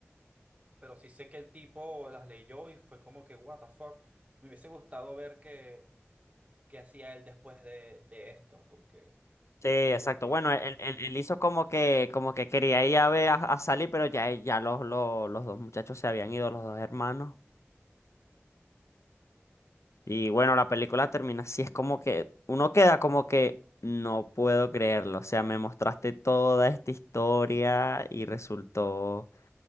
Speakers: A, on the right; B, on the left.
A: pero sí sé que el tipo las leyó y fue como que, what the fuck, me hubiese gustado ver qué, qué hacía él después de, de esto, porque,
B: Sí, exacto.
A: porque,
B: Bueno, él, él, él hizo como que, como que quería ir a ver a, a salir, pero ya, ya los, los, los dos muchachos se habían ido, los dos hermanos. Y bueno, la película termina así, es como que uno queda como que no puedo creerlo, o sea, me mostraste toda esta historia y resultó